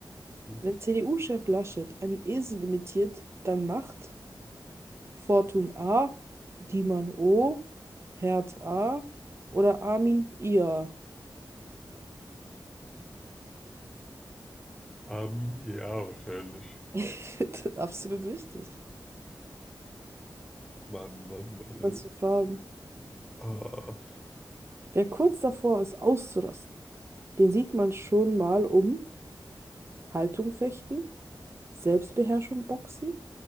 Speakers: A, in the centre; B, on the right (about 30°).
A: Hm.
B: Wenn CDU-Chef Laschet einen Esel imitiert, dann macht Fortun A, Dieman O, Herd A oder Armin IA.
A: Armin, ja, wahrscheinlich.
B: <laughs> Absolut richtig.
A: Mann, Mann, Mann, ey.
B: Was für Fragen.
A: Ah,
B: Wer kurz davor ist, auszurasten, den sieht man schon mal um Haltung fechten, Selbstbeherrschung boxen,